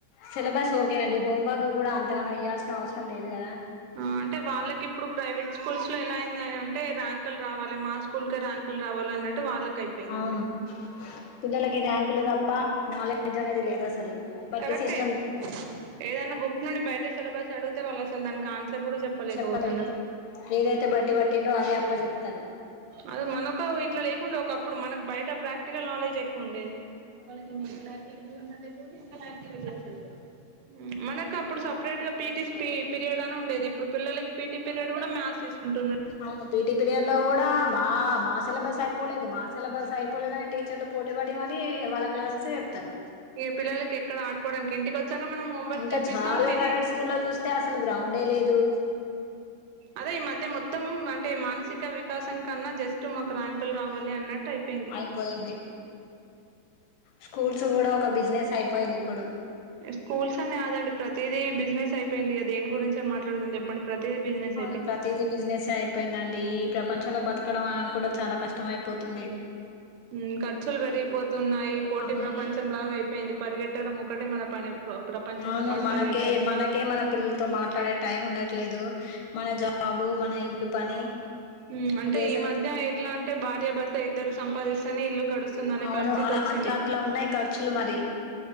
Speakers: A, on the left (about 75°); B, on the right (about 80°).
A: సిలబస్ ఓకే అండి హోమ్ వర్క్ గూడా అంతగనం ఇయ్యాల్సిన అవసరం లేదు కదా
B: ఆ అంటే వాళ్ళకిప్పుడు ప్రైవేట్ స్కూల్స్ లో ఎలా అయింది అంటే ర్యాంక్ లు రావాలి మా స్కూల్కే ర్యాంకులు రావాలి అన్నట్టు వాళ్ళకి అయిపొయిందండి
A: అవును పిల్లలకి ర్యాంకులు తప్ప నాలెడ్జ్ అనేది లేదు అసలు బట్టి
B: కరెక్టే
A: సిస్టమ్
B: ఏదన్న బుక్ నుండి బయట సిలబస్ అడుగుతే వాళ్ళు అసలు దానికి ఆన్సర్ గూడా చెప్పలేకవోతున్నరు
A: చెప్పలేరు ఏదైతే బట్టి పట్టిండో అదే అప్ప చెప్తారు
B: అదే మనకు ఇట్లా లేకుండే ఒకప్పుడు మనకు బయట ప్రాక్టికల్ నాలెడ్జ్ ఎక్కువ ఉండేది వాళ్ళకి మెడికల్ యాక్టివిటీ ఉంటలేదు ఫిజికల్ యాక్టివిటీ ఉంటలేదు మనకు అప్పుడు సపరేట్ గా పీటిస్ పి పీరియడ్ అని ఉండేది ఇప్పుడు పిల్లలకి పీటీ పీరియడ్ కూడా మ్యాథ్స్ తీసుకుంటున్నారు
A: అవును పీటీ పీరియడ్ లో కూడా మా మా సిలబస్ అయిపోలేదు మా సిలబస్ అయిపోలేదని టీచర్లు పోటీ పడి మరి వాళ్ళకి క్లాస్సేస్ ఏ చెప్తారు
B: ఇక పిల్లలకి ఎక్కడ ఆడుకోవడానికి ఇంటికి వచ్చాక మనం హోంవర్క్
A: ఇంకా
B: చేపిస్తాం
A: చాలా
B: తిని
A: ప్రైవేట్ స్కూల్ చూస్తే అసలు గ్రౌండే లేదు
B: అదే ఈ మధ్య మొత్తం అంటే మానసిక వికాసం కన్నా జస్ట్ మాకు ర్యాంకులు రావాలి అన్నట్టు అయిపోయింది
A: అయిపోయింది స్కూల్స్ కూడా ఒక బిజినెస్ అయిపోయింది ఇప్పుడు
B: స్కూల్స్ అని కాదండి ప్రతిదీ బిజినెస్ అయిపోయింది ఇగా దేని గురించి అని మాట్లాడదాం చెప్పండి ప్రతిదీ బిజినెస్
A: అవును
B: అయిపోయింది
A: ప్రతిదీ బిజినెస్ అయిపోయిందండి ఈ ప్రపంచంలో బతకడమా కూడా చాలా కష్టం అయిపో పోతుంది
B: మ్ ఖర్చులు పెరిగిపోతున్నాయి పోటీ
A: అవును
B: ప్రపంచం లాగా అయిపోయింది పరుగెట్టడం ఒకటే మన పని ప్రపంచంతో
A: అవును
B: పాటు
A: మనకే
B: పరిగెట్టాలి
A: మనకే మన పిల్లలతో మాట్లాడే టైం ఉండదు లేదు మన జాబు మన ఇల్లు పని
B: మ్ అంటే
A: ఇదే
B: ఈ
A: సరి
B: మధ్య ఎట్లా అంటే భార్య భర్త ఇద్దరు సంపాదిస్తారు నే ఇల్లు గడుస్తుందనే
A: అవును
B: పరిస్థితి
A: అలా
B: వచ్చింది
A: అట్లా అట్లా ఉన్నాయి ఖర్చులు మరి